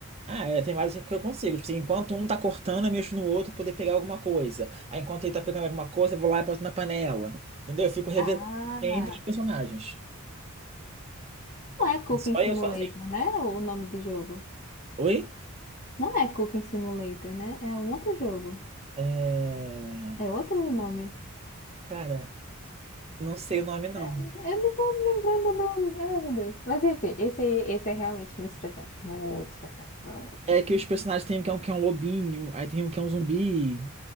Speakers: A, on the right (about 30°); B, on the left (about 35°).
A: Ah, é, tem várias que eu consigo. Tipo assim, enquanto um tá cortando, eu mexo no outro pra poder pegar alguma coisa. Aí enquanto ele tá pegando alguma coisa, eu vou lá e boto na panela. Entendeu? Eu fico revezando
B: Ah,
A: entre os personagens.
B: não é Cooking
A: Só
B: Simulator,
A: eu sozinho.
B: né? O nome do jogo.
A: Oi?
B: Não é Cooking Simulator, né? É um outro jogo.
A: É...
B: É outro nome.
A: Cara, não sei o nome não.
B: Eu não tô me lembrando o nome. Ai, meu Deus. Mas enfim, esse aí, esse é realmente muito estressante. Muito estressante. Muito estressante.
A: É que os personagens tem um que é um, que é um lobinho, aí tem um que é um zumbi.